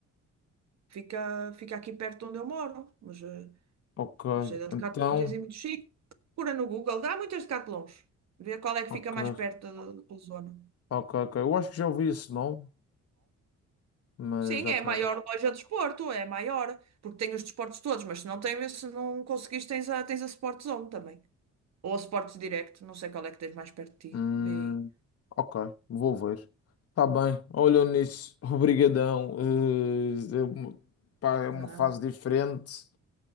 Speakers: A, on the right (about 60°); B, on the left (about 50°).
A: Fica, fica aqui perto onde eu moro, mas, eh,
B: Ok.
A: mas a Decathlon
B: Então.
A: tens em muitos sítios. Procura no Google, dá muitas Decathlons. Vê qual é que
B: Ok.
A: fica mais perto da, da tua zona.
B: Ok, ok. Eu acho que já ouvi esse nome, mas
A: Sim,
B: ok.
A: é a maior loja de desporto, é maior, porque tem os desportos todos, mas se não tem, se não conseguires, tens a, tens a Sport Zone também. Ou a Sport Direct, não sei qual é que tens mais perto de
B: Hum,
A: ti. Vê aí.
B: ok. Vou ver. Tá bem. Olha nisso. <laughs> Obrigadão. Eh, é uma, pá, é
A: Nada,
B: uma fase diferente.